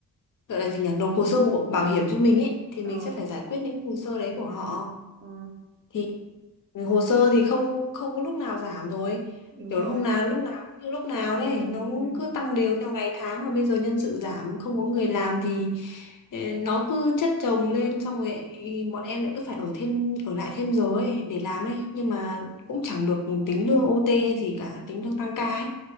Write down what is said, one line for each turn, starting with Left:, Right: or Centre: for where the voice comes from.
Left: gọi là gì nhỉ, nộp hồ sơ bộ- bảo hiểm cho mình ấy thì
Right: Ờ,
Left: mình sẽ phải giải quyết những hồ sơ đấy của họ.
Right: ờ,
Left: Thì hồ sơ thì không không có lúc nào giảm rồi.
Right: đúng
Left: Kiểu
Right: rồi.
Left: hôm nào lúc nào cũng như lúc nào đấy, nó
Right: Ừ.
Left: cứ tăng đều theo ngày tháng mà bây giờ nhân sự giảm không có người làm thì Ê, nó cứ chất chồng lên xong rồi ý, bọn em lại cứ phải ở thêm ở lại thêm giờ ấy để làm ấy nhưng mà cũng chẳng được tính lương OT hay gì cả tính lương tăng ca ấy